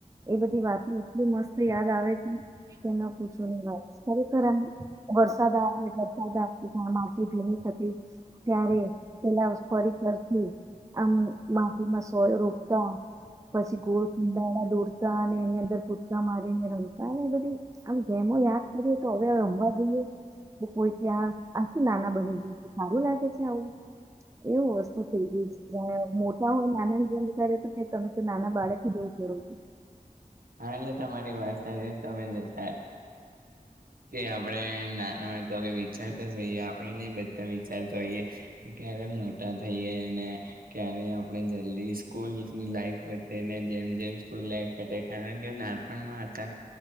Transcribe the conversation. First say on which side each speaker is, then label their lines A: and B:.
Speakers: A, on the right; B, on the right.
A: એ બધી વાતો એટલી મસ્ત યાદ આવે છે કે ના પૂછું ને વાત ખરેખર આમ વરસાદ આવે વરસાદતી્યા માટી ભીની થતી ત્યારે પેલા પર પરરથી આમ માટીમાં સો રોપતા પછી ગોળ કંદાડા દોરતા અને એની અંદર કુદકા મારીને રમતા ને એ બધુ આમ ગેમો યાદ કરી તો હવે રમવા દઈએ કોઈ ક્યાં આ શું નાના બની ગયી છુ સારું લાગે છે આવું એવું વસ્તુ થઈ ગઈ છે જ મોટા હોય નાના ને જેમ કરે તો કે તમે તો નાના બાળક જેવું કરો છો
B: હા એટલે <unintelligible> <unintelligible> આપણે નાનામાંય તો હ વિચારતા જ હોઈએ આપણે નને બધા વિચારતા હોઈએ ક્યારે મોટા થઈએ અને ક્યારે આપણે જલ્દી સ્કૂલ લાઈફ પતાઈને જેમ જેમ સ્કૂલ લાઈફટે કારણ કે નાનપણમાં હતા